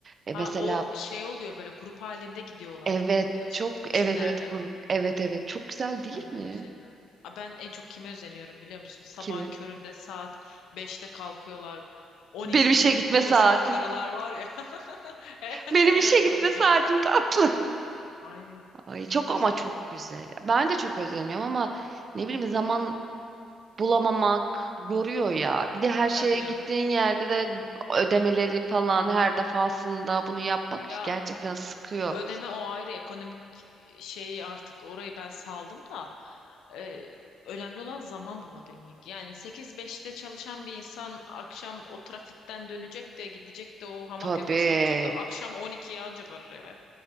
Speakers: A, on the right; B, on the left.
A: E
B: ha
A: mesela
B: o şey oluyor böyle grup halinde gidiyorlar.
A: evet
B: Onu mu diyorsun?
A: çok
B: Çimlerde.
A: evet evet kur evet evet çok güzel değil
B: Ay ben
A: mi?
B: de özeniyorum. Aa, ben en çok kime özeniyorum biliyor musun? Sabah
A: Kimi?
B: köründe saat beşte kalkıyorlar. On
A: Benim
B: iki kilometre
A: işe gitme
B: koşan
A: saatim.
B: karılar var ya. <laughs>
A: Benim
B: Evet
A: işe gitme
B: aynen.
A: saatim tatlı.
B: Ay
A: Ay çok
B: çok özeniyorum.
A: ama çok güzel. Ben de çok özeniyorum ama ne bileyim zaman bulamamak yoruyor ya. Bir de her şeye
B: Tabii canım.
A: gittiğin yerde de ödemeleri falan her defasında bunu yapmak
B: Ya
A: gerçekten sıkıyor.
B: Ödeme o ayrı ekonomik şeyi artık orayı ben saldım da e, önemli olan zaman bulabilmek. Yani sekiz beşte çalışan bir insan akşam o trafikten dönecek de gidecek de o hamak
A: Tabii.
B: yogasını yapacak da akşam 12'ye anca varır eve.